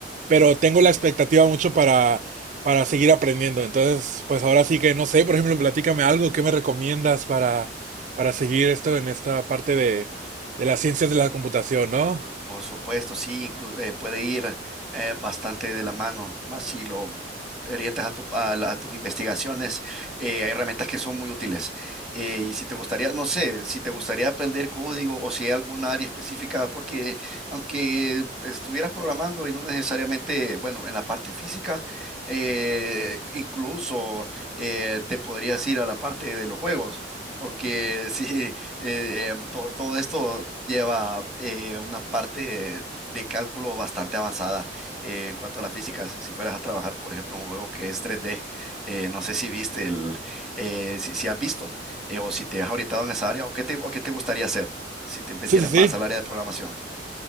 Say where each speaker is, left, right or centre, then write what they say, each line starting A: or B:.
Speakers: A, on the right; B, in the centre.
A: pero tengo la expectativa mucho para, para seguir aprendiendo. Entonces, pues ahora sí que no sé, por ejemplo, platícame algo, ¿qué me recomiendas para, para seguir esto en esta parte de, de las ciencias de la computación, ¿no?
B: Por supuesto, sí, inclu- eh, puede ir eh, bastante de la mano, más si lo orientas a, tu- a la- a tus investigaciones, eh, hay herramientas que son muy útiles. Eh, y si te gustaría, no sé, si te gustaría aprender código o si hay alguna área específica, porque aunque estuvieras programando y no necesariamente, bueno, en la parte física, eh, incluso eh, te podrías ir a la parte de los juegos. Porque sí, <laughs> eh, em, to- todo esto lleva eh, una parte de cálculo bastante avanzada eh, en cuanto a la física. Si fueras a trabajar, por ejemplo, un juego que es 3D, eh, no sé si viste el, eh, si, si has visto eh, o si te has orientado en esa área o qué te, o qué te gustaría hacer si te metieras
A: Sí, sí, sí.
B: más al área de programación.